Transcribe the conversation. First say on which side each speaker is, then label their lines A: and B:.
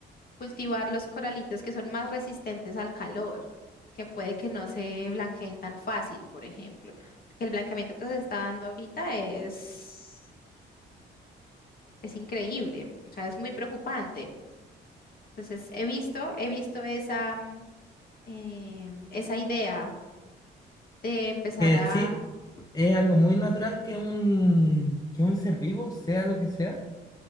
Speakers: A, on the left; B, on the left.
A: cultivar los coralitos que son más resistentes al calor, que puede que no se blanqueen tan fácil, por ejemplo. Porque el blanqueamiento que se está dando ahorita es, es increíble, o sea, es muy preocupante. Entonces, he visto, he visto esa, mm, em, esa idea de empezar
B: Que
A: a...
B: sí, es algo muy natural que un, que un ser vivo, sea lo que sea,